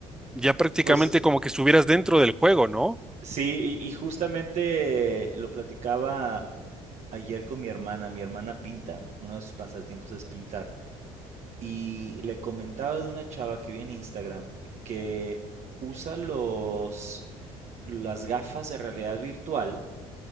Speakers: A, in the centre; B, on the right.
A: ya prácticamente
B: Pues
A: como que estuvieras dentro del juego, ¿no?
B: Sí, y, y justamente lo platicaba ayer con mi hermana. Mi hermana pinta, uno de sus pasatiempos es pintar. Y le comentaba de una chava que vi en Instagram que usa los, las gafas de realidad virtual